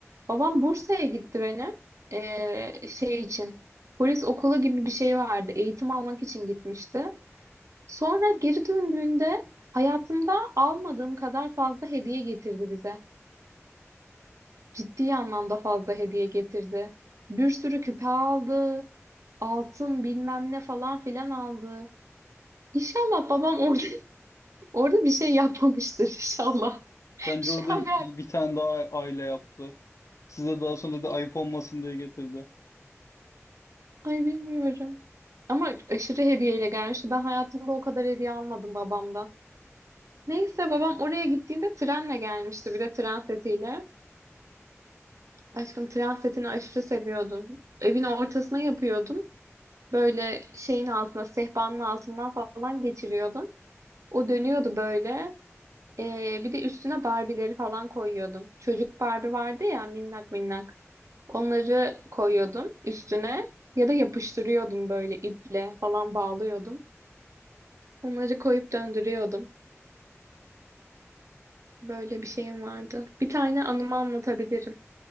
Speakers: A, on the right; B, on the left.
A: Babam Bursa'ya gitti benim. Ee, şey için. Polis okulu gibi bir şey vardı. Eğitim almak için gitmişti. Sonra geri döndüğünde hayatımda almadığım kadar fazla hediye getirdi bize. Ciddi anlamda fazla hediye getirdi. Bir sürü küpe aldı. Altın bilmem ne falan filan aldı. İnşallah babam orada <laughs> orada bir şey yapmamıştır inşallah. <laughs>
B: Bence
A: Şu
B: orada
A: an
B: iyi
A: ben
B: bir tane daha aile yaptı. Size daha sonra da ayıp olmasın diye getirdi.
A: ay bilmiyorum. Ama aşırı hediyeyle gelmişti. Ben hayatımda o kadar hediye almadım babamdan. Neyse babam oraya gittiğinde trenle gelmişti bir de tren setiyle. Aşkım tren setini aşırı seviyordum. Evin ortasına yapıyordum. Böyle şeyin altına, sehpanın altından falan geçiriyordum. O dönüyordu böyle. Ee, bir de üstüne Barbie'leri falan koyuyordum. Çocuk Barbie vardı ya minnak minnak. Onları koyuyordum üstüne ya da yapıştırıyordum böyle iple falan bağlıyordum. Onları koyup döndürüyordum. Böyle bir şeyim vardı. Bir tane anımı anlatabilirim.